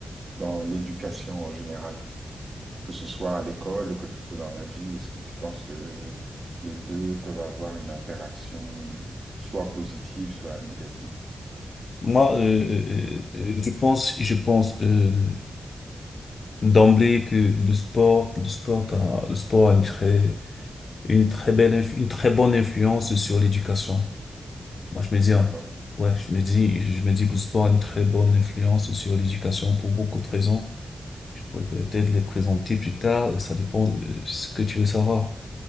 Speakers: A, on the right; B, on the left.
A: dans l'éducation en général, que ce soit à l'école, que ce soit dans la vie. Est-ce que tu penses que les deux peuvent avoir une interaction, soit positive, soit négative?
B: Moi, euh, euh, euh, euh, je pense, je pense euh, d'emblée que le sport, le sport a, le sport a une très, une très belle, inf- une très bonne influence sur l'éducation. Moi, je me dis, hein,
A: D'accord.
B: ouais, je me dis, je me dis que le sport a une très bonne influence sur l'éducation pour beaucoup de raisons. Je pourrais peut-être les présenter plus tard. Ça dépend de ce que tu veux savoir.